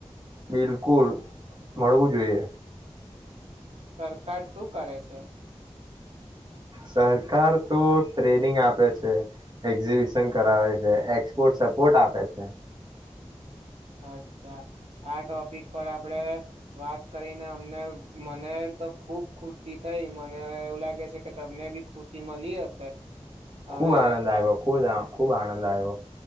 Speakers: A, on the right; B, on the right.
A: બિલકુલ મળવું જોઈએ.
B: સરકાર શું કરે છે?
A: સરકાર તો ટ્રેનિંગ આપે છે, એક્ઝિબિશન કરાવે છે, એક્સપોર્ટ સપોર્ટ આપે છે.
B: અચ્છા, આ ટોપિક પર આપણેે વાત કરીને અમને મને તો ખુબ ખુશી થઈ. મને એવું લાગે છે કે તમને બી ખુશી મલી હશે. હવે
A: ખૂબ આનંદ આયવો, ખૂ જ ખૂબ આનંદ આયવો.